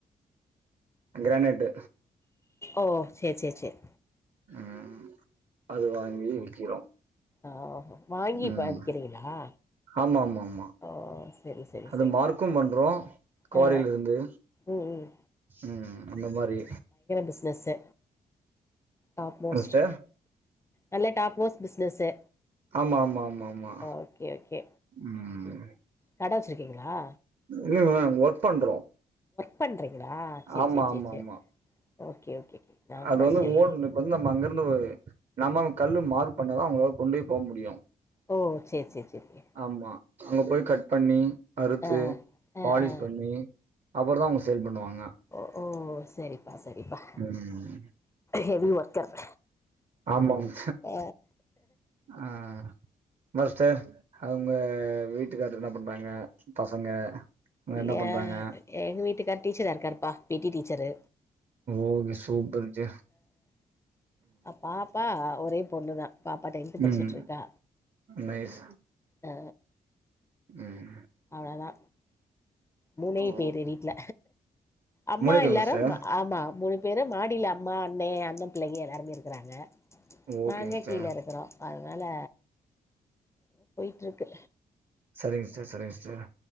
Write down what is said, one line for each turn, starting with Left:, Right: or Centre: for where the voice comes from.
Right: கிரானைட்டு்
Left: ஓ சேரி சேரி சேரி
Right: உம் அது வாங்கி விக்கிறோ
Left: ஆஹ் வாங்கி இப்ப
Right: ம்
Left: விக்கிறீங்களா
Right: ஆமா ஆமா ஆமா
Left: ஓ சரி சரி
Right: அது
Left: சரி
Right: மார்க்கு பண்றோ குவாரில
Left: ஆ
Right: இருந்து
Left: ம் ம்
Right: உம் அந்த மாரி
Left: பிஸ்னசு டாப் மோஸ்ட்
Right: சிஸ்டர்
Left: நல்ல டாப் மோஸ்ட் பிசினஸு
Right: ஆமா ஆமா ஆமா ஆமா
Left: ஓகே ஓகே
Right: ம்
Left: கட வச்சிருக்கீங்களா
Right: இல்ல மேம் ஒர்க் பண்றோ
Left: ஒர்க் பண்றீங்களா சேரி
Right: ஆமா
Left: சேரி சேரி
Right: ஆமா
Left: சேரி
Right: ஆமா
Left: ஓகே ஓகே ஓகே நா
Right: அது
Left: கூட
Right: வந்து
Left: சேரி
Right: ஓன் இப்ப வந்து நம்ம அங்க இருந்து நம்ம கல்லு மார்க் பண்ணதா அவுங்களால கொண்டே போ முடியு
Left: ஓ சேரி சேரி சேரி
Right: ஆமா அங்க போய் கட் பண்ணி அறுத்து
Left: ஆ ஆ
Right: பாலிஷ்
Left: ஆ
Right: பண்ணி அப்பறோ தா அவுங்க சேல் பண்ணுவாங்க
Left: ஓ ஓ சரிப்பா சரிப்பா
Right: ம்
Left: ஹெவி ஒர்க்கர்
Right: ஆமாங்
Left: ஆ
Right: அஹ் மாஸ்டர் அவுங்க வீட்டுக்காரர் என்ன பண்றாங்க பசங்க அவங்க என்ன
Left: ஏ
Right: பண்றாங்க
Left: எங்க வீட்டுக்காரு டீச்சரா இருக்காருப்பா P T teacher
Right: okay super ஜெ
Left: அ பாப்பா ஒரே பொண்ணுதா பாப்பா டென்த்து பச்சிட்ருக்கா
Right: ம் நைஸ்
Left: அ
Right: ம்
Left: அவ்ளதா மூனே
Right: ஓ
Left: பேரு வீட்ல அம்மா
Right: மூணே பேர்
Left: எல்லாரு
Right: மிஸ்டர்
Left: ம ஆமா மூனு பேரு மாடியில அம்மா அண்ணே அண்ண பிள்ளைங்க எல்லாருமே இருக்கறாங்க
Right: ஓகேங்க
Left: நாங்க
Right: மிஸ்டர்
Left: கீழே இருக்கறோ அ தனால எதோ போய்ட்ருக்கு
Right: சரிங்க சிஸ்ஸர் சரிங்க சிஸ்ஸர்